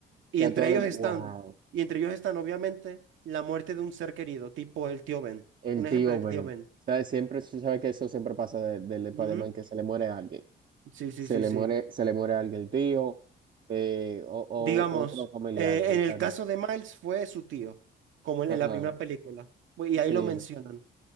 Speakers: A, on the right; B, on the right.
A: Y
B: que
A: entre
B: a todos
A: ellos
B: les.
A: están,
B: Wow.
A: y entre ellos están obviamente la muerte de un ser querido, tipo el tío Ben.
B: El
A: Un
B: tío
A: ejemplo es el
B: Ben.
A: tío Ben.
B: ¿Sabes? Siempre, sabes que eso siempre pasa de- del Spider-Man,
A: Ujú.
B: que se le muere a alguien.
A: Sí, sí,
B: Se
A: sí,
B: le
A: sí.
B: muere, se le muere a alguien el tío, eh, o, o
A: Digamos,
B: otro familiar.
A: eh,
B: está
A: en el
B: bien.
A: caso de Miles fue su tío, como en,
B: Ajá.
A: en la primera película, y ahí
B: Sí,
A: lo mencionan.